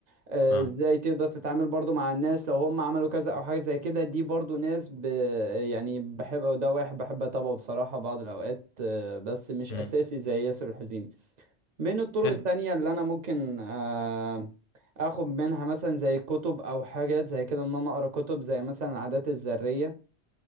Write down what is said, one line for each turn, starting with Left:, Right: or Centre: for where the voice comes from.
Right: آه،
Left: اه
Right: ازاي تقدر تتعامل برضو مع الناس لو هم عملوا كذا او حاجة زي كده دي برضو ناس ب... يعني بحب ده واحد بحب اتابعه بصراحة بعض الاوقات آه، بس مش
Left: امم
Right: اساسي زي ياسر الحزيمي من الطرق
Left: حلو
Right: التانية اللي انا ممكن آه، اخد منها مثلا زي كتب او حاجات زي كده ان انا اقرا كتب زي مثلا العادات الذرية